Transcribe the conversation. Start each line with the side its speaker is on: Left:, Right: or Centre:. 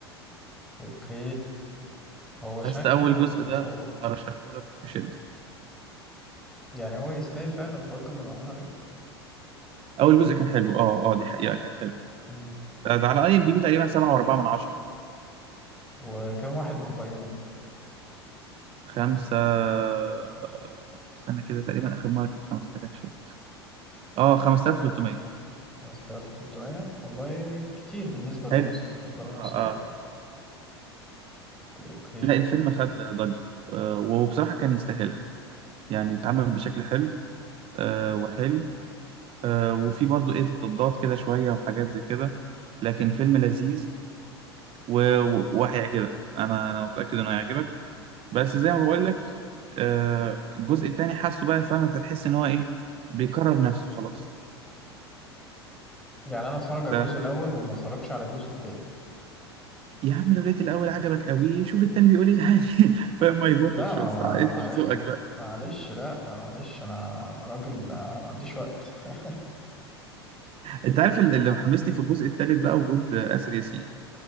Centre: اوكي هو شكله
Right: بس اول جزء
Centre: مشوق
Right: ده ارشحه لك بشده
Centre: يعني هو يستاهل فعلا الضجة اللي معمولة عليه
Right: اول جزء كان حلو اه اه دي حقيقه كان حلو
Centre: مم.
Right: ده, ده على اي ام دي بي تقريبا 7.4 من 10
Centre: وكم واحد مقيمه
Right: خمسة آه، استنى كده تقريبا اخر مره كانت 5000 شفت اه 5300
Centre: 5300 والله كتير بالنسبة للمصر
Right: حلو
Centre: الأفلام
Right: اه
Centre: المصرية
Right: آه.
Centre: أوكي أوكي
Right: لا الفيلم خد ضجة آه، وبصراحة كان يستاهلها يعني اتعمل بشكل حلو آه، وحلو آه، وفي برضو ايه تضادات كده شوية وحاجات زي كده لكن
Centre: مم.
Right: فيلم لذيذ و- و- وهيعجبك انا انا متأكد انه هيعجبك بس زي ما بقول لك آه، الجزء التاني حاسه بقى فاهم انت هتحس ان هو ايه بيكرر نفسه خلاص
Centre: يعني أنا أتفرج على
Right: ف...
Centre: الجزء الأول وما أتفرجش على الجزء التاني
Right: يا عم لو لقيت الاول عجبك قوي شوف التاني بيقول ايه يعني <laughs> فاهم ما يضرش
Centre: لا ما
Right: بس
Centre: ما
Right: انت
Centre: ما-
Right: وذوقك بقى
Centre: معلش لا معلش أنا أنا راجل آه، ما عنديش وقت <laughs>
Right: انت عارف اللي محمسني في الجزء التالت بقى وجود آسر ياسين